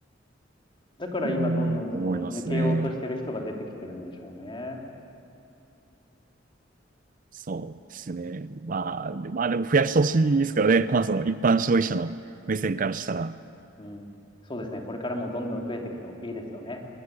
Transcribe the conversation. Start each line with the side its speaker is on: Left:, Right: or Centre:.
Left: だから今、
Right: うん、
Left: どんどんその、
Right: 思いますね。
Left: 抜けようとしてる人が出てきてるんでしょうね。
Right: そうですね。まあ、で、まあでも増やしてほしいですけどね。まあその一般消費者の目線からしたら。
Left: うん。そうですね。これからもどんどん増えていくといいですよね。